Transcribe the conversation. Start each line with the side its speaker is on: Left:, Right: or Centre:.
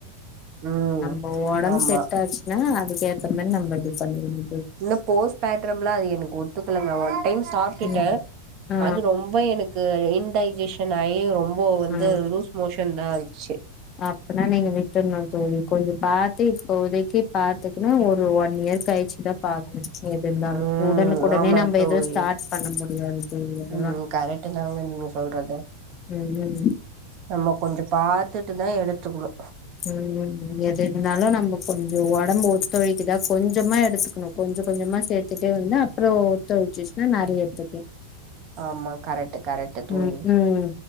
Right: ம்
Left: உன் ஒடம்பு
Right: ஆமா
Left: செட் ஆச்சுன்னா அதுக்க ஏத்த மாரி நம்ம இது பண்ணிறனு
Right: ன்னு போஸ் பேட்ரம்லா அது எனக்கு ஒத்துக்கலங்க அவன் ஒரு டைம் சாப்டுட்டு
Left: ம் ஆ
Right: அது ரொம்ப எனக்கு இன்டைஜேஷன் ஆயி இப்போ வந்து
Left: ஆ
Right: லூஸ் மோஷன்தா ஆச்சு
Left: அப்பனா நீங்க விட்டுருணுந் தோழி கொஞ்சோ பாத்து இப்போதைக்கு பாத்துக்கனு ஒரு ஒன் இயர் கழிச்சுதா பாக்கணு எது இந்தாலு
Right: ம்
Left: உடனுக்குடனே
Right: ஆமா
Left: நம்ம
Right: தோழி
Left: எதுவு ஸ்டார்ட் பண்ண முடியாது தோழி அத
Right: ம் கரெகட்டுதாங்க நீங்க சொல்றது
Left: ம் ம்
Right: நம்ம கொஞ்சோ பாத்துட்டு தா எடுத்துக்கணு
Left: ம் எது இருந்தாலு நம்ம கொஞ்சோ ஒடம்பு ஒத்துழைக்குதா கொஞ்சமா எடுத்துக்கணு கொஞ்ச கொஞ்ச மா சேத்துட்டே வந்து அப்றோ ஒத்துழைச்சுச்சுன்னா நெறயா எடுத்துக்கலா
Right: ஆமா கரெக்ட் கரெக்ட் தோழி
Left: ம்ஹும்